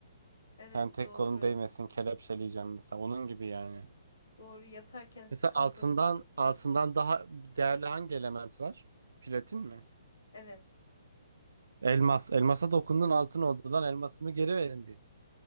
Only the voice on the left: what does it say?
evet
doğru.
Doğru yatarken sıkıntı.
Evet.